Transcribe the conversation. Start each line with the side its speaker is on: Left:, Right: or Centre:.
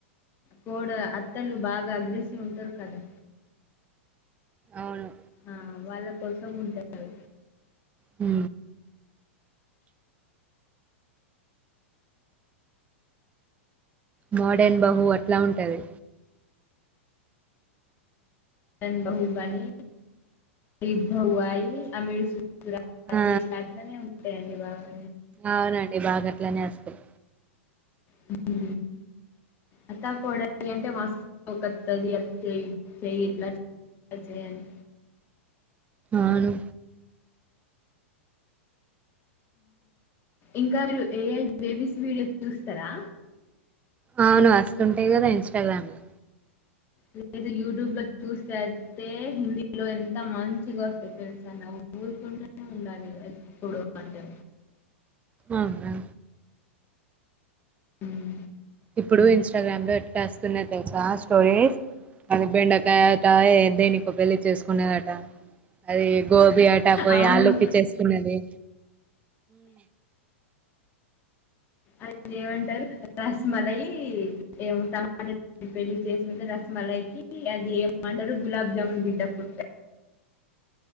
Left: కోడ అత్తలు బాగా గ్రిస్ ఉంటరు కదా
Right: అవును
Left: ఆ వాళ్ళ కోసం ఉంటారు.
Right: హ్ మోడన్ బహు అట్లా ఉంటది.
Left: టెన్ బహు బని ఇబ్బు హు వాయి అమి సు సుర <unintelligible>
Right: ఆ
Left: అట్లనే ఉంటాయండి బాగా
Right: అవునండి బాగా అట్లనే వస్తయి
Left: హ్ హు అత్తా కోడలు అంటే మస్తు ఒకత్తది అది చెయ్, ఇది చేయి ఇట్ల అది చేయ్ అని
Right: అవును
Left: ఇంకా మీరు ఏఐ బేబీస్ వీడియోసు చూస్తారా
Right: అవును వస్తుంటాయి కదా ఇంస్టాగ్రామ్ లో
Left: లేదు యూట్యూబ్ లో చూసేస్తే హిందీలో ఎంత మంచిగా వస్తే తెలుసా నవ్వు నవుకుంటూనే ఉండాలి ఎప్పుడూ అంటే
Right: అవునా
Left: ఉమ్
Right: ఇప్పుడు ఇన్స్టాగ్రామ్ లో ఎట్లా వస్తున్నాయి తెలుసా స్టోరీస్ అది బెండకాయట దేనికో పెళ్ళి చేసుకునదట అది గోబీ ఆట పోయి
Left: అవును.
Right: ఆలుకి చేసుకున్నది
Left: అది ఏమంటారు రస్మలయి టమాటా పెళ్లి చేసుకుంటే రస్మలాయికి అది ఏమంటారు గులాబ్ జమన్ బిడ్డ పుడితే